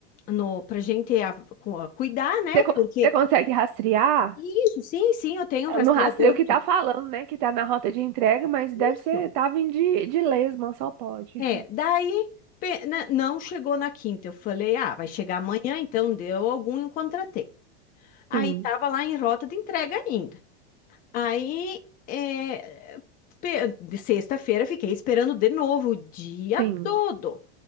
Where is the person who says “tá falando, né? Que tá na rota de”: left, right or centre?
Right